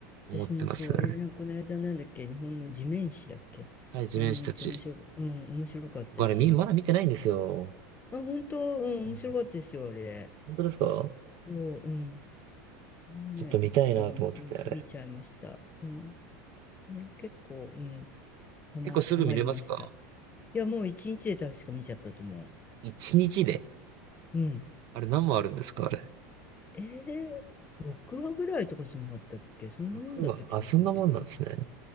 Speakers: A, on the left; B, on the right.
A: 私もそう、
B: 思ってますね。
A: えーなんかこの間なんだっけ、日本の地面師だっけ。
B: はい、地面師たち。
A: あれもめっちゃ面白、うん、面白かったし。
B: 僕あれみ、まだ見てないんですよ。
A: あ、本当、うん、
B: うん
A: 面白かったですよ、あれ。
B: 本当ですか
A: そう、うん。もうね、
B: ちょっと見たいなと思ってて、
A: たまたまうん見ちゃいました。
B: あれ。
A: うん。ね、結構、うん。はま、
B: 結構すぐ見れますか
A: はまりました。いや、もう一日で確か見ちゃったと思
B: 一日で。
A: う。うん。
B: あれ何話あるんですかあれ。
A: えー、6話ぐらいとかじゃなかったっけそんなもんだった気がするけどな。
B: 6話。あ、そんなもんなんですね。